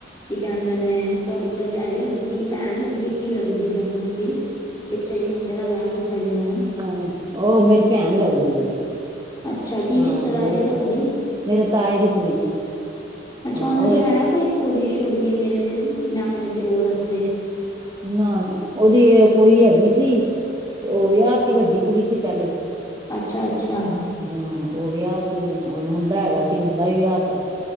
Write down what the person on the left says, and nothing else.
ਕੀ ਕਹਿੰਦੇ ਨੇ ਤੁਹਾਡੀ ਭਰਜਾਈ ਲੱਗਦੀ ਏ, ਭੈਣ ਲੱਗਦੀ ਏ, ਕੀ ਲੱਗਦੀ ਹੈ ਜੰਮੂ ਚ। ਪਿੱਛੇ ਜੇ ਮੁੰਡੇ ਦਾ ਵਿਆਹ ਕੀਤਾ ਜਿਨ੍ਹਾਂ ਨੇ।
ਅੱਛਾ ਕੀ
ਰਿਸ਼ਤੇਦਾਰੀ
ਹੈ ਤੁਹਾਡੀ
ਅੱਛਾ ਉਹਨਾਂ
ਦੀ ਹੈ ਕੋਈ ਕੁੜੀ ਸ਼ੁੜੀ ਮੇਰੇ ਮੈਂ ਆਪਣੇ ਦਿਓਰ ਵਸਤੇ।
ਅੱਛਾ ਅੱਛਾ